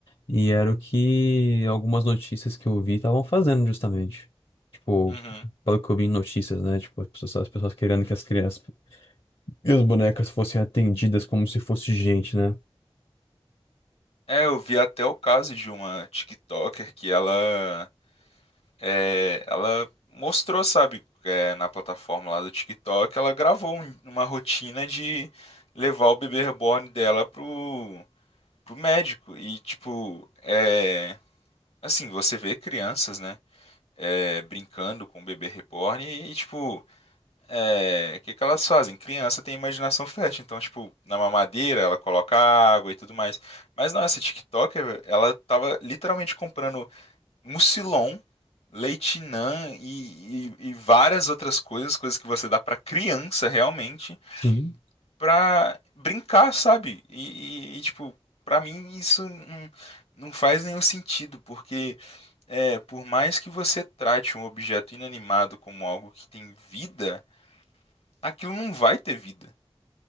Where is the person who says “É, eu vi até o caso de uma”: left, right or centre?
Left